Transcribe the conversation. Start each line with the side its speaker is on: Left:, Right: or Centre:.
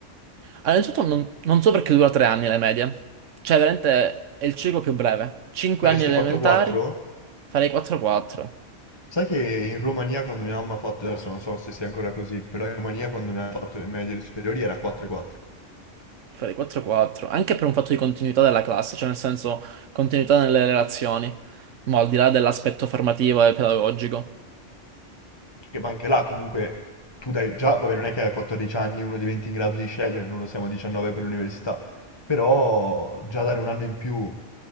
Right: Allora, innanzitutto non, non so perché dura tre anni le medie. Cioè, veramente è il ciclo più breve. Cinque
Left: Faresti
Right: anni elementari,
Left: 4-4?
Right: farei 4-4.
Left: Sai che in Romania quando mia mamma ha fatto, adesso non so se sia ancora così, però in Romania quando mi ha fatto le medie e le superiori era 4-4.
Right: Farei 4-4. Anche per un fatto di continuità della classe, cioè nel senso continuità nelle relazioni. Ma al di là dell'aspetto formativo e pedagogico.
Left: Che ma anche là comunque tu dai già, vabbè non è che a 14 anni uno diventi in grado di scegliere, non lo siamo a 19 per l'università, però già dare un anno in più